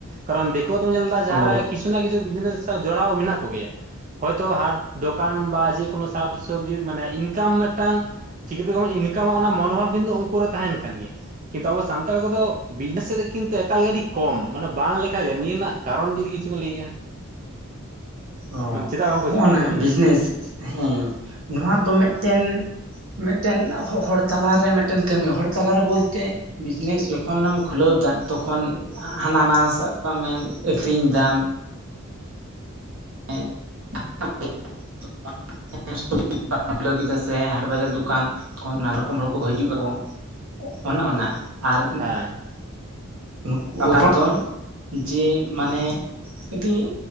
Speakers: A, on the right; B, on the right.
A: ᱠᱟᱨᱚᱱ ᱠᱚ ᱫᱚᱢ ᱧᱮᱞ ᱫᱟ ᱡᱟᱦᱟᱸᱨᱮ
B: ᱚ
A: ᱠᱤᱥᱩ ᱱᱟ ᱠᱤᱥᱩ ᱵᱤᱡᱽᱱᱮᱥ ᱡᱚᱲᱟᱣ ᱢᱮᱱᱟᱜ ᱠᱚᱮᱭᱟ ᱦᱚᱭᱛᱳ ᱦᱟᱴ ᱫᱚᱠᱟᱱ ᱵᱟ ᱡᱮᱠᱳᱱᱳ ᱥᱟᱠ ᱥᱚᱵᱽᱡᱤ ᱢᱟᱱᱮ ᱤᱱᱠᱟᱢ ᱢᱤᱫᱴᱟᱝ ᱪᱤᱠᱟᱹᱛᱮ ᱵᱚᱱ ᱤᱱᱠᱟᱢᱟ ᱚᱱᱟ ᱢᱚᱱᱳᱵᱷᱟᱵᱽ ᱠᱤᱱᱛᱩ ᱩᱱᱠᱩ ᱨᱮ ᱛᱟᱦᱮᱱ ᱠᱟᱱ ᱜᱮᱭᱟ ᱠᱤᱱᱛᱩ ᱟᱵᱚ ᱥᱟᱱᱛᱟᱲ ᱠᱚᱫᱚ ᱵᱤᱡᱽᱱᱮᱥ ᱥᱮᱫ ᱫᱚ ᱠᱤᱱᱛᱩ ᱮᱠᱟᱞ ᱜᱮ ᱟᱹᱰᱤ ᱠᱚᱢ ᱢᱟᱱᱮ ᱵᱟᱝ ᱞᱮᱠᱟᱜᱮ ᱱᱤᱭᱟᱹ ᱨᱮᱱᱟᱜ ᱠᱟᱨᱚᱱ ᱡᱩᱫᱤ ᱤᱪᱷᱩᱵᱮᱱ ᱞᱟᱹᱭ ᱠᱮᱭᱟ?
B: ᱚ
A: ᱢᱟᱱᱮ ᱪᱮᱫᱟᱜ ᱵᱟᱝᱠᱚ
B: ᱦᱚᱸᱜᱼᱱᱟ
A: ᱦᱤᱡᱩᱜ ᱠᱟᱱ ᱛᱟᱵᱚ
B: ᱵᱤᱡᱽᱱᱮᱥ
A: ᱥᱮᱫ
B: ᱦᱮᱸ ᱱᱚᱣᱟ ᱫᱚ ᱢᱤᱫᱴᱮᱱ ᱢᱤᱫᱴᱮᱱ ᱦᱚᱼᱦᱚᱲ ᱛᱟᱞᱟᱨᱮ ᱢᱤᱫᱴᱮᱱ ᱠᱟᱹᱢᱤ ᱦᱚᱲ ᱛᱟᱞᱟᱨᱮ ᱵᱚᱞᱛᱮ ᱵᱤᱡᱽᱱᱮᱥ ᱡᱚᱠᱷᱚᱱᱮᱢ ᱠᱷᱩᱞᱟᱹᱣ ᱫᱟ ᱛᱚᱠᱷᱚᱱ ᱦᱟᱱᱟ ᱱᱟ ᱥᱟᱵ ᱠᱟᱜ ᱢᱮ ᱟᱹᱠᱷᱨᱤᱧ ᱫᱟᱢ ᱦᱮᱸ <unintelligible> <unintelligible> <unintelligible> <unintelligible> ᱠᱷᱩᱞᱟᱹᱣ ᱠᱮᱫᱟ ᱥᱮ ᱦᱟᱴ ᱵᱟᱡᱟᱨ ᱫᱚᱠᱟᱱ ᱠᱷᱚᱱ ᱱᱟᱱᱟ ᱨᱚᱠᱚᱢ ᱦᱚᱲ ᱠᱚᱠᱚ ᱦᱤᱡᱩᱜᱼᱟᱠᱚ ᱚᱱᱮ ᱚᱱᱟ ᱟᱨ
A: ᱦᱮᱸ
B: ᱱᱩᱠᱩ ᱠᱚ ᱫᱚ ᱡᱮ ᱢᱟᱱᱮ ᱠᱟᱹᱴᱤᱡ